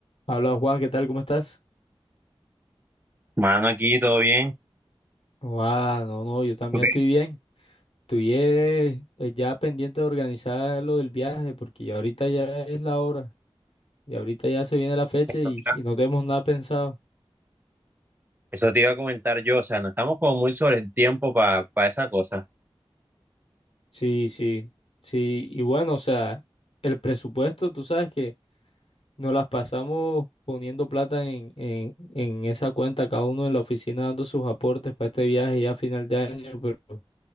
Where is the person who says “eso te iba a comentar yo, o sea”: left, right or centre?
Right